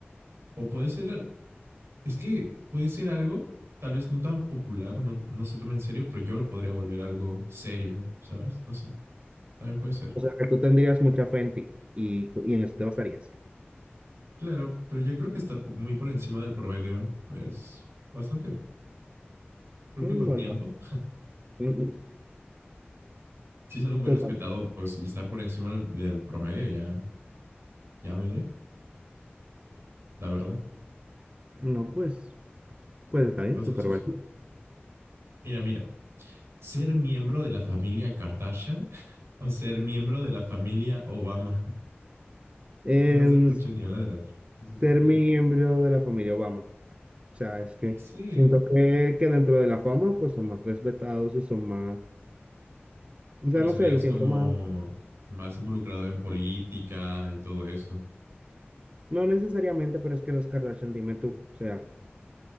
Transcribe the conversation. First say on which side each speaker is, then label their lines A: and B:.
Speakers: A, on the right (about 90°); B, on the right (about 30°).
A: o puede ser, es que puede ser algo tal vez no tan popular o no, no se tome en serio, pero yo lo podría volver algo serio, ¿sabes? No sé, también puede ser.
B: O sea, que tú tendrías mucha fe en ti y, co- y en eso te basarías.
A: Claro, pero yo creo que estar po- muy por encima del promedio es bastante bien. Creo
B: Mm,
A: que con
B: Bueno,
A: tiempo
B: mm, mm,
A: sí es algo muy
B: total.
A: respetado, pues, y estar por encima del, del promedio ya, ya me doy, la verdad.
B: No, pues, pues está bien,
A: Entonces,
B: súper
A: es-
B: válido.
A: mira, mira, ser miembro de la familia Kardashian <laughs> o ser miembro de la familia Obama. <laughs>
B: Em,
A: No sé mucho ni una de la otra. Así que
B: ser miembro de la familia Obama. O sea, es que
A: sí,
B: siento que, que dentro de la fama, pues son más respetados y son más... O
A: pero
B: sea, no
A: serías
B: sé, lo siento
A: como
B: más.
A: más involucrado en política y todo eso.
B: No necesariamente, pero es que las Kardashian, dime tú, o sea,